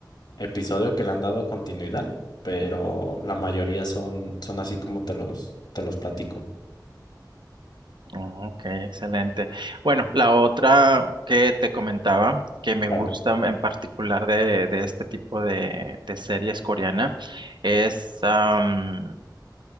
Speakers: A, on the left; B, on the right.
A: episodio que le han dado continuidad, pero la mayoría son, son así como te los, te los platico.
B: Oh, Ok, excelente. Bueno, la otra que te comentaba que me
A: Claro,
B: gusta en particular de, de este tipo de, de series coreana es am,